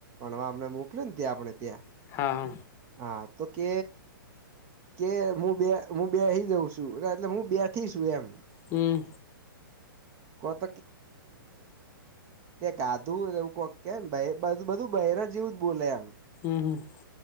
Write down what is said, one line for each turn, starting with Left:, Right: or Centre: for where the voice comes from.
Right: <inaudible> મોકલેને ત્યા આપણે ત્યાં
Left: હા
Right: હા તો કે. કે હું બે હું બે હઈ જઉં છું, એટલે હું બે થી છું એમ.
Left: હમ
Right: <inaudible> તે ગાધું એવું કોક કેમ <unintelligible> બધું <unintelligible> જેવું જ બોલે એમ.
Left: હમ <unintelligible>